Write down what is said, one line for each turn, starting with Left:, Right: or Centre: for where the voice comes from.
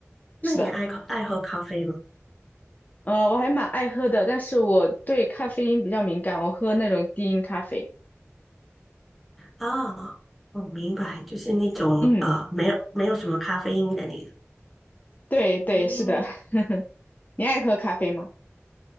Centre: 那你爱喝爱喝咖啡吗？
Left: 是的。呃，我还蛮爱喝的，但是我对咖啡因比较敏感，我喝那种低因咖啡。
Centre: 哦，我明白，就是那种呃没有没有什么咖啡因的那个。
Left: 嗯，对对，
Centre: 嗯，
Left: 是的。<laughs> 你爱喝咖啡吗？